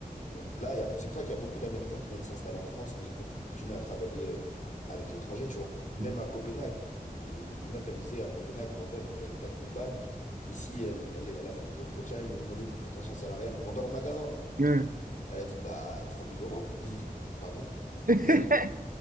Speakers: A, on the left; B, on the right.
A: Donc là, il y a- c'est pour ça qu'il y a beaucoup d'Américains qui viennent s'installer en France, mais ils continuent à travailler euh, avec l'étranger, tu vois. Même
B: Mhm.
A: à Copenhague. Une meuf, elle me disait, à Copenhague, vendeur, il gagne 4000 balles. Ici, elle, elle, elle a fait des entretiens, ils lui ont demandé de prétention salariale. Vendeur en magasin.
B: Ouais.
A: Elle a dit, bah, 3000 euros. Ils ont dit, pardon,
B: <laughs>
A: Nani,